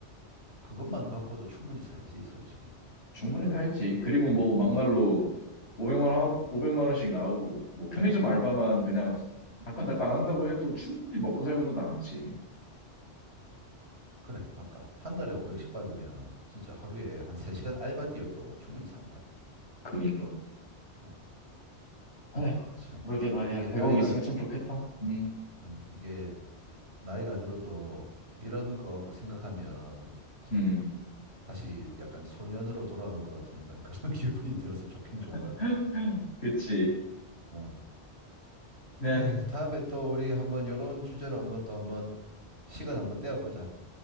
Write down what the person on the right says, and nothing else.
그것만 갖고도 충분히 살지, 솔직히.
음.
그래, 맞다. 한 달에 500씩
받으면 진짜 하루에 한 3시간 알바 뛰어도 충분히 산다.
어,
참.
이게
나이가,
어,
참, 이게 나이가 들어도 이런 거하고 생각하면 참
다시 약간 소년으로 돌아간 것 같은 약간 그런 <laughs> 기분이 들어서 좋긴 좋은 것
같아. 어.
그래, 다음에 또 우리 한번 요런 주제로 한번 또 한번 시간 한번 떼어보자.